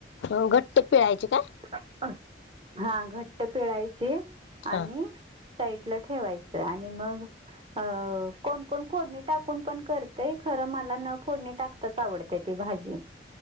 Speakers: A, on the left; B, on the right.
A: अ घट्ट पिळायचे काय?
B: आ ह, हा घट्ट पिळायची,
A: हां
B: आणि, साईडला ठेवाय आणि मग, अ कोण कोण फोडणी टाकून पण करतय खरं मला न फोडणी टाकताच आवडात्या ती भाजी.